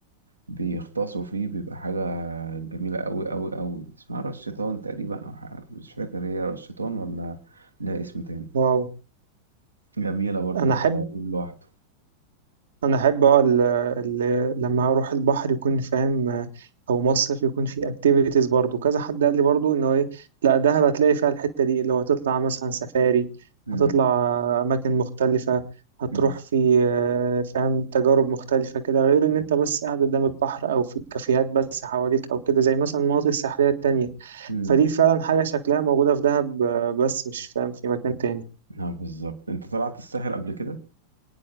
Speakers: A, on the right (about 75°); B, on the right (about 65°).
A: بيغطسوا فيه بيبقى حاجة جميلة أوي أوي أوي اسمها راس شيطان تقريبا أو حاجة مش فاكر هي راس شيطان ولا لها اسم تاني
B: واو
A: جميلة برضو
B: انا
A: بيطلع
B: احب
A: يوم لوحده
B: انا احب اه ال- ال- لما اروح البحر يكون فاهم آه، او مصيف يكون في اكتيفيتيز برضو كذا حد قال لي برضو انه ايه لا دهب هتلاقي فيها الحته دي اللي هو هتطلع مثلا سفاري
A: مم.
B: هتطلع اماكن مختلفه هتروح
A: مم.
B: في آه، فاهم تجارب مختلفه كده غير ان انت بس قاعد قدام البحر او في كافيهات بس حواليك او كده زي مثلا المناطق الساحليه التانية
A: مم.
B: فدي فعلا حاجه شكلها موجوده في دهب آه، بس مش فاهم في مكان تاني
A: اه بالظبط انت طلعت الساحل قبل كده؟